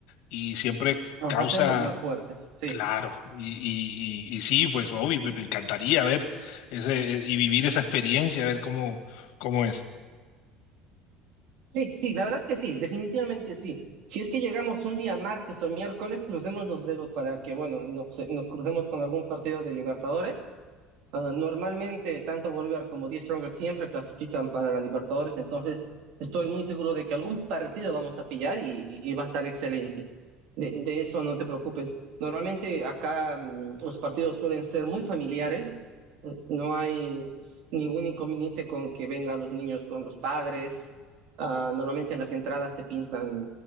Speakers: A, on the left (about 75°); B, on the right (about 65°).
A: y siempre
B: Nos
A: causa
B: hacemos más fuertes, sí.
A: Claro, y, y, y, y sí, pues obvio, me me encantaría ver ese eh, y vivir esa experiencia, ver cómo, cómo es.
B: Sí, sí, la verdad que sí, definitivamente sí. Si es que llegamos un día martes o miércoles, crucemos los dedos para que, bueno, no- se- nos crucemos con algún partido de Libertadores Ah, normalmente, tanto Bolívar como Die Stronger siempre clasifican para la Libertadores, entonces estoy muy seguro de que algún partido vamos a pillar y, y- y va a estar excelente. De, de eso no te preocupes. Normalmente acá mm, los partidos suelen ser muy familiares, eh, no hay ningún inconveniente con que vengan los niños con los padres. Ah, normalmente en las entradas te pintan,